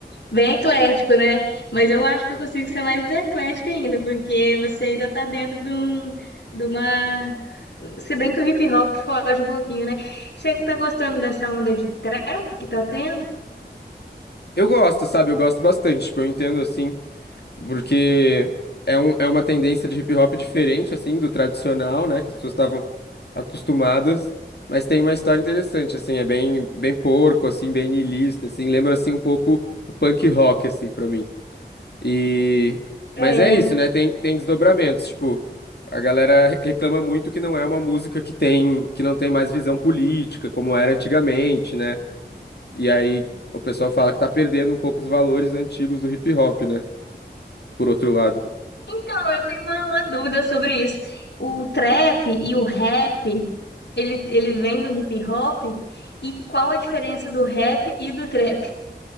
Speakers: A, on the left; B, on the left.
A: Bem eclético, né? Mas eu acho que eu consigo ser mais eclética ainda, porque você ainda tá dentro de, um, de uma. Se bem que o hip hop foge um pouquinho, né? Você tá gostando dessa onda de trap que tá tendo?
B: Eu gosto, sabe? Eu gosto bastante. Tipo, eu entendo assim Porque é, um, é uma tendência de hip hop diferente, assim, do tradicional, né? Que as pessoas estavam acostumadas. Mas tem uma história interessante, assim, é bem, bem porco, assim, bem niilista, assim. Lembra, assim, um pouco o punk rock, assim, pra mim. E...
A: É.
B: Mas é isso, né? Tem, tem desdobramentos, tipo... A galera re- reclama muito que não é uma música que tem, que não tem mais visão política, como era antigamente, né? E aí o pessoal fala que tá perdendo um pouco os valores antigos do hip hop, né? Por outro lado.
A: Então, eu tenho uma, uma dúvida sobre isso. O trap e o rap, ele, ele vem do hip hop? E qual a diferença do rap e do trap?